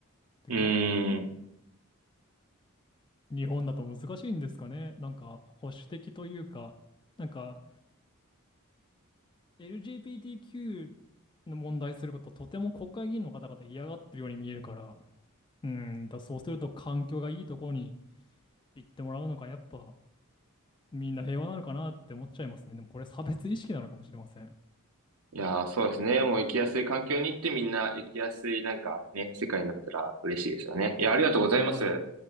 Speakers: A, on the right; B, on the left.
A: う
B: 逆に
A: ん。
B: 日本だと難しいんですかね。なんか保守的というか、なんか LGBTQ の問題することとても国会議員の方々嫌がってるように見えるから、うん、だそうすると環境がいいところに行ってもらうのか、やっぱみんな平和なのかなって思っちゃいますね。でもこれ差別意識なのかもしれません。
A: いやー、そうですね。もう生きやすい環境に行ってみんな生きやすいなんかね、世界になったら嬉しいですよね。いや、ありがとうございます。
B: はい。